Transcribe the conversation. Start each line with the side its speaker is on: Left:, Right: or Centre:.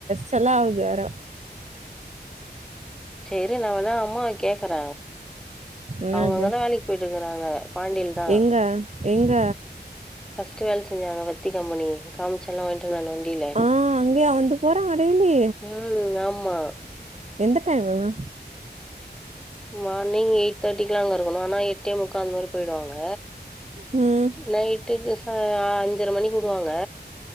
Right: செல்லாவது வேற
Centre: சேரி நா வேனா அம்மாவ கேக்குற
Right: என்னது
Centre: அவுங்க அங்கதா வேலைக்கு போயிட்டு இருக்குறாங்க பாண்டியில தான்
Right: எங்க எங்க
Centre: ஃபர்ஸ்ட் வேல செஞ்சாங்க வத்தி கம்பெனி காமிச்செல்லா வாங்கிட்டு வந்தாங்கல வண்டியில
Right: ஆ அங்கயா வந்து போறாங்க டெய்லி
Centre: ம் ஆமா
Right: எந்த டைம்மு வாங்குனா
Centre: மார்னிங் எயிட் தேர்ட்டிக்குல்லாம் அங்க இருக்கணும் ஆனா எட்டே முக்கால் வர போயிடுவாங்க
Right: ம்
Centre: நைட்டுக்கு சா அஞ்சர மணிக்கு உடுவாங்க